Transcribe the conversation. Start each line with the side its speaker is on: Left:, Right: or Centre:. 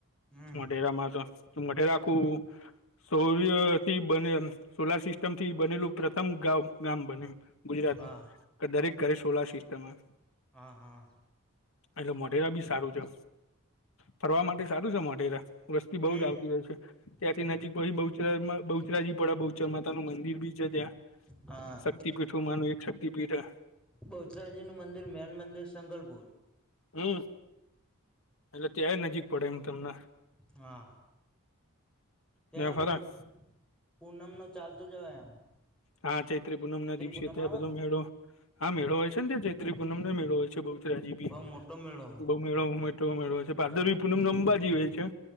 Centre: હમ
Left: મોઢેરામાં તો. તો મોઢેરા આખું સૌર્યથી બનેલ સોલાર સિસ્ટમથી બનેલું પ્રથમ ગાવ ગામ બન્યું ગુજરાતનું.
Centre: હા
Left: કે દરેક ઘરે સોલાર, સિસ્ટમમાં
Centre: હા હા
Left: એટલે મોઢેરા બી સારું છે ફરવા માટે સારું છે, મોઢેરા. વસ્તી
Centre: હમ
Left: બહુ જ આવતી હોય છે. ત્યાંથી નજીક પછી બહુચરા માં બહુચરાજી પડે બહુચરમાં પોતાનું મંદિર બી છે. ત્યાં
Centre: હા
Left: શક્તિપીઠો માનું એક શક્તિપીઠ.
Centre: બહુચરાજીનું મંદિર મેન મંદિર સંંગલપુર
Left: હમ એટલે ત્યાંય નજીક પડે એમ તમને.
Centre: હા
Left: ત્યાં
Centre: <unintelligible>
Left: ફરાય
Centre: પૂનમનો ચાલતું જવાય આમ
Left: હા ચૈત્રી પૂનમના દિવસે
Centre: પૂનમ
Left: ત્યાં
Centre: આવે
Left: બધો
Centre: ને
Left: મેળો હા મેળો હોય છે ત્યાં ચૈત્રી પૂનમનોય મેળો હોય બહુચરાજી, બી
Centre: બઉ મોટો મેળો
Left: બઉ <unintelligible> છે ભારદરવી પૂનમ અંબાજી હોય છે.